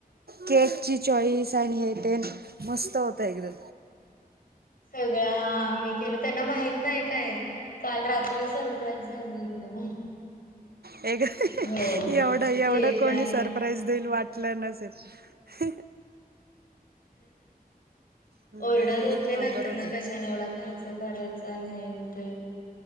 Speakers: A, on the right; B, on the left.
A: केक ची चॉईस आणि हेतेन मस्त होत एकदम.
B: <unintelligible> मी केल त्यांना माहित नाही काय काल रात सरप्राईज झालं एकदम.
A: ए एवढं
B: हो
A: एवढं
B: केक
A: कोणी
B: आणि
A: सरप्राईज देईल वाटलं न <inaudible> हम्म,
B: ओरडत
A: नाही
B: होते
A: एक नंबर
B: नंतर
A: होतं
B: न कशाला एवढा खर्च करायच नाही ते.